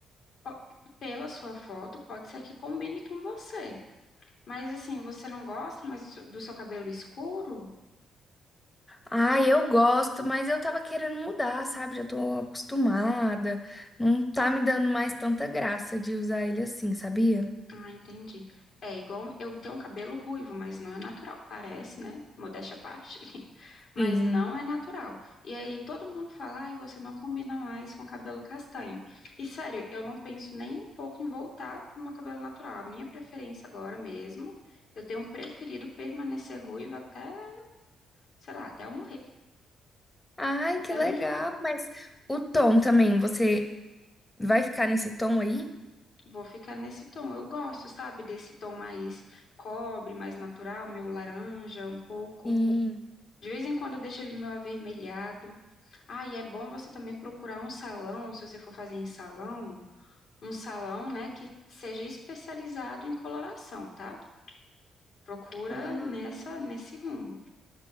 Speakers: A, on the left; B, on the left.
A: ó, pela sua foto, pode ser que combine com você. Mas assim, você não gosta mais do seu cabelo escuro?
B: Ah, eu gosto, mas eu tava querendo mudar, sabe? Já tô acostumada. Não tá me dando mais tanta graça de usar ele assim, sabia?
A: Ah, entendi. É igual eu tenho um cabelo ruivo, mas não é natural. Parece, né? Modéstia à parte, <laughs> mas
B: Sim.
A: não é natural. E aí todo mundo fala, ai, você não combina mais com cabelo castanho. E sério, eu não penso nem um pouco em voltar pro meu cabelo natural. A minha preferência agora mesmo, eu tenho preferido permanecer ruivo até, sei lá, até eu morrer,
B: Ai,
A: até
B: que legal.
A: eu enjoar.
B: Mas o tom também, você vai ficar nesse tom aí?
A: Vou ficar nesse tom. Eu gosto, sabe, desse tom mais cobre, mais natural, meu laranja um pouco.
B: Sim,
A: De vez em quando eu deixo ele meio avermelhado. Ah, e é bom você também procurar um salão, se você for fazer em salão, um salão, né, que seja especializado em coloração, tá? Procura
B: Ah,
A: nessa, nesse rumo.